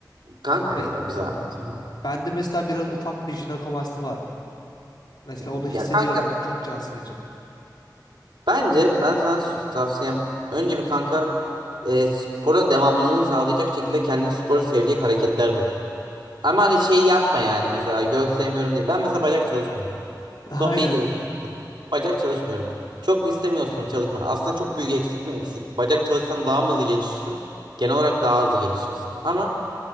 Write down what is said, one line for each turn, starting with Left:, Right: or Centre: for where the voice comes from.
Right: Kanka
Left: Ve
Right: ya, bir zahmet ya.
Left: bende mesela biraz ufak bir jinekomasti var. Mesela
Right: Ya,
Left: onu hissediyorum
Right: ya kanka
Left: ben. Çok can sıkıcı.
Right: Bence ben sana sü- tavsiyem önce bir kanka e, spora devamlılığını sağlayacak şekilde kendini sporu sevecek hareketler bul. Ama hani şey yapma yani mesela göğüs sevmiyorum diye. Ben mesela bacak çalışmıyordum.
Left: <laughs> Aynen.
Right: Son bir yıl bacak çalışmıyorum. Çok mu istemiyorsun çalışma? Aslında çok büyük eksik mi eksik? Bacak çalışsan daha mı hızlı gelişirsin? Genel olarak daha hızlı gelişirsin. Ama